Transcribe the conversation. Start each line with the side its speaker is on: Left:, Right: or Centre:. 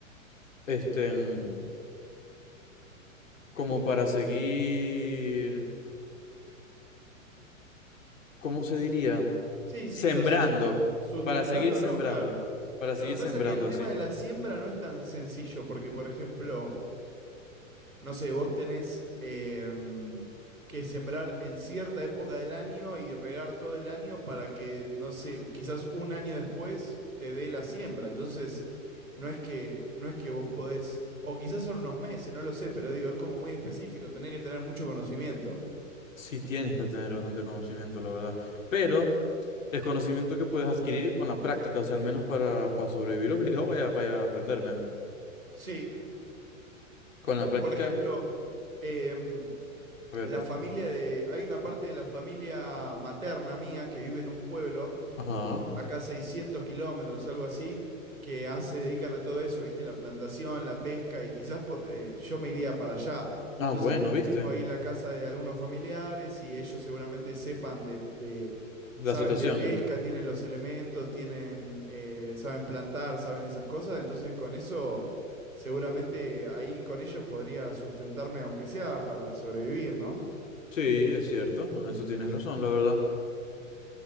Left: este, en- como para seguir, ¿cómo se diría?
Right: Sí, sí,
Left: Sembrando,
Right: o sea, susten- sustentándolo,
Left: para seguir sembrando,
Right: claro.
Left: para
Right: Lo
Left: seguir
Right: que pasa
Left: sembrando
Right: es que el tema
Left: así.
Right: de la siembra no es tan sencillo, porque por ejemplo, No sé, vos tenés em, que sembrar en cierta época del año y regar todo el año para que, no sé, quizás un año después te dé la siembra. Entonces, no es que, no es que vos podés, o quizás son unos meses, no lo sé, pero digo, es como muy específico, tenés que tener mucho conocimiento.
Left: Sí tienes que tener bastante conocimiento, la verdad. Pero El conocimiento que puedes adquirir con la práctica, o sea, al menos para, para sobrevivir obligado, vaya, vaya a aprender, man.
Right: Sí,
Left: Con la práctica,
Right: por ejemplo, em,
Left: a ver,
Right: la familia de, hay una parte de la familia materna mía que vive en un pueblo
Left: ajá.
Right: acá 600 kilómetros, algo así, que ah, se dedican a todo eso, ¿viste? La plantación, la pesca, y quizás po- eh, yo me iría para allá.
Left: Ah,
Right: Entonces,
Left: bueno, viste,
Right: tengo ahí la casa de algunos familiares y ellos seguramente sepan de, de-
Left: la
Right: saben
Left: situación.
Right: de pesca, tienen los elementos, tienen, eh, saben plantar, saben esas cosas. Entonces, con eso, seguramente ahí con ellos podría sustentarme, aunque sea para sobrevivir, ¿no?
Left: Sí, es cierto, en eso tienes razón, la verdad.